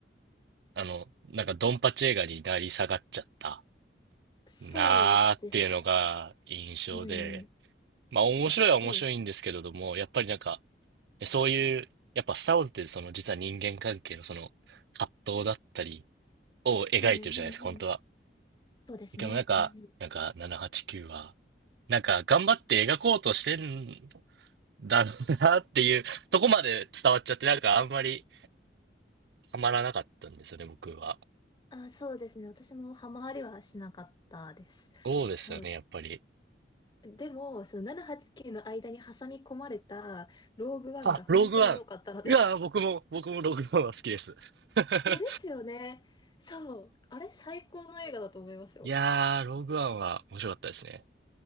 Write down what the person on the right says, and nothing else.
あの、なんかドンパチ映画になり下がっちゃった
なーっていうのが印象で、
まあ面白いは面白いんですけれども、
やっぱりなんか、そういう、やっぱスター・ウォーズってその実は人間関係のその葛藤だったりを描いてるじゃないですか、
本当は。
でもなんか、
なんか789はちきゅうは、なんか頑張って描こうとしてんだろうなっていうとこまで伝わっちゃって、なんかあんまりハマらなかったんですよね、僕は。
そうですよね、
やっぱり。
あ、ローグワン。いやー、
僕も、僕もローグワンは好きです。<laughs>
いやー、ローグワンは面白かったですね。